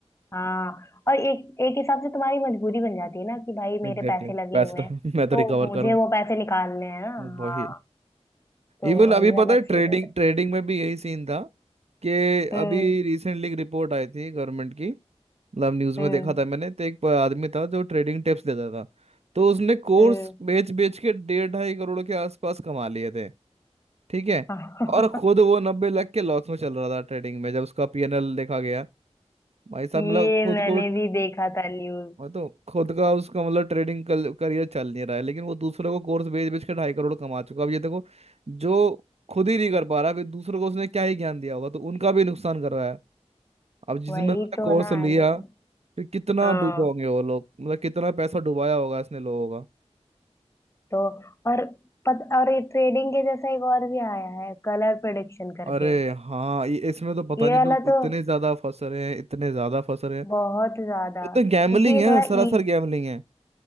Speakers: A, on the left; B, on the right.
A: हाँ और एक एक हिसाब से तुम्हारी मजबूरी बन जाती है ना कि भाई मेरे
B: Exactly
A: पैसे
B: exactly.
A: लगे
B: पैसे
A: हुए हैं
B: तो <laughs> मैं तो
A: तो
B: रिकवर
A: मुझे
B: करूं
A: वो पैसे निकालने हैं ना
B: वही
A: हाँ तो
B: इवन
A: वही
B: अभी पता
A: वाला
B: है ट्रेडिंग
A: सीन हो रहा है
B: ट्रेडिंग में भी यही सीन था कि
A: हम्म
B: अभी रिसेंटली एक रिपोर्ट आई थी गवर्नमेंट की मतलब न्यूज़
A: हम्म
B: में देखा था मैंने तो एक आदमी था जो ट्रेडिंग टिप्स देता था तो उसने कोर्स
A: हम्म
B: बेच बेच के डेढ़ ढाई करोड़ के आसपास कमा लिए थे ठीक है
A: <laughs>
B: और खुद वो नब्बे लाख के लॉस में चल रहा था ट्रेडिंग में जब उसका पीएनएल देखा गया भाई साहब
A: ये
B: मतलब खुद
A: मैंने
B: को
A: भी देखा था न्यूज
B: मैं तो खुद का उसका मतलब ट्रेडिंग करियर चल नहीं रहा है लेकिन वो दूसरों को कोर्स बेच बेच के ढाई करोड़ कमा चुका है। अब ये देखो जो खुद ही नहीं कर पा रहा फिर दूसरों को उसने क्या ही ज्ञान दिया होगा तो उनका भी नुकसान कर रहा है अब जिसमें
A: वही तो
B: कोर्स
A: ना
B: लिया
A: लेकिन
B: फिर कितना
A: हाँ
B: डूबा होंगे वो लोग मतलब कितना पैसा डुबाया होगा इसने लोगों का
A: तो और पत, और ये ट्रेडिंग के जैसा एक और भी आया है कलर प्रेडिक्शन करके
B: अरे हाँ ये इसमें तो पता
A: ये
B: नहीं
A: वाला
B: लोग इतने
A: तो
B: ज्यादा फंस रहे हैं इतने ज्यादा फंस रहे हैं
A: बहुत ज्यादा
B: ये तो गैम्बलिंग
A: क्योंकि ये
B: है
A: थोड़ा
B: सरासर
A: e-
B: गैम्बलिंग है